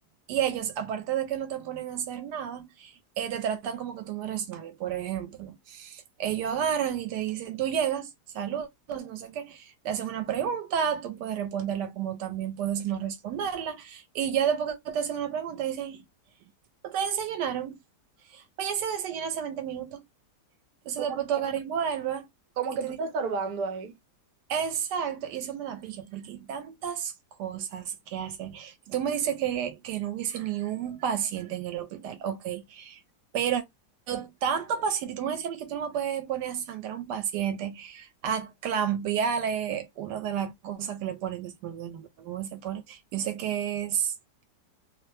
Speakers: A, on the right (about 80°); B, on the right (about 70°).
A: y ellos, aparte de que no te ponen a hacer nada, eh, te tratan como que tú no eres nadie. Por ejemplo, ellos agarran y te dicen, tú llegas, saludos, no sé qué, te hacen una pregunta, tú puedes responderla como también puedes no responderla. Y ya después que te hacen una pregunta, dicen, ¿ustedes desayunaron? Oye, se desayuna hace 20 minutos. Entonces
B: Como
A: después tú
B: que,
A: agarras y vuelves.
B: como
A: y
B: que
A: te
B: tú estás estorbando ahí.
A: Exacto, y eso me da pique porque hay tantas cosas que hacer. Si Tú me dices que, que no hubiese ni un paciente en el hospital, ok, pero tanto paciente, y tú me decías a mí que tú no me puedes poner a sangrar a un paciente, a clampearle una de las cosas que le ponen, que se me olvidó el nombre, ¿cómo se pone? Yo sé que es,